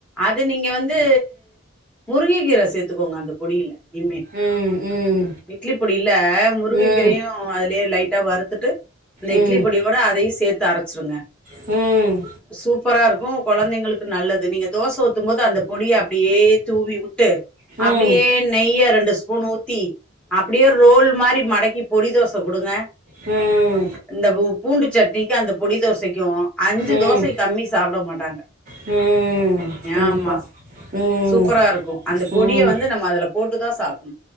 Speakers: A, in the centre; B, on the right.
A: அது நீங்க வந்து முருங்க கீர சேத்துக்கோங்க அந்த பொடியில இனிமே
B: ம் ம்
A: இட்லி பொடில்ல முருங்கைக்கீரையும்
B: ம்
A: அதுலயே லைட்டா வறுத்துட்டு அந்த
B: ம்
A: இட்லி பொடியோட அதையு சேத்து அரச்சிருங்க
B: ம்
A: சூப்பரா இருக்கும் கொழந்தைங்களுக்கு நல்லது நீங்க தோச ஊத்தும் போது அந்த பொடிய அப்படியே தூவி விட்டு
B: ம்
A: அப்படியே நெய்யா ரெண்டு ஸ்பூன் ஊத்தி அப்டியே ரோல் மாரி மடக்கி பொடி தோச குடுங்க
B: ம்
A: இந்த பூண்டு சட்னிக்கு அந்த பொடி தோசைக்கு அஞ்சு
B: ம்
A: தோசைக்கு
B: ம்
A: கம்மி சாப்ட மாட்டாங்க
B: ம் கண்டிப்பாக
A: ஆமா
B: ம்
A: சூப்பரா இருக்கும் அந்த பொடிய
B: ம்
A: வந்து நம்ம அதுல போட்டு தா சாப்ணு